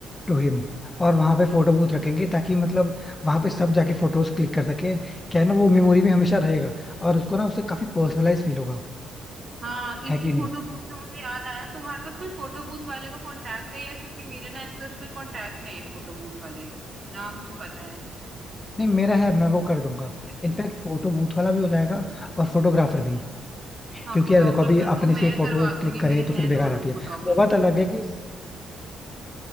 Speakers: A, on the left (about 20°); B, on the right (about 45°).
A: टू हिम और वहां पे फोटो बूथ रखेंगे ताकि मतलब वहां पे सब जाके फोटोज क्लिक कर सके क्या है ना वो मेमोरी में हमेशा रहेगा और उसको ना उससे काफी पर्सनलाइज फील होगा
B: हाँ इसी
A: है कि नहीं
B: फोटो बूथ से मुझे याद आया तुम्हारे पास कोई फोटो बूथ वाले का कांटेक्ट है यार क्योंकि मेरे ना ऐसा कोई कांटेक्ट नहीं है फोटो बूथ वाले ना मुझे पता है
A: नहीं मेरा है मैं वो कर दूंगा इनफैक्ट फोटो बूथ वाला भी हो जाएगा और फोटोग्राफर भी
B: हाँ
A: क्योंकि
B: फोटोग्राफर
A: यार देखो अभी
B: तो
A: अपने से
B: मैं
A: फोटोज
B: करवा दूंगी
A: क्लिक करें
B: मेरे
A: तो
B: हैं
A: फिर बेकार
B: नॉर्मल
A: आती है
B: फोटोग्राफर
A: वो बात अलग है कि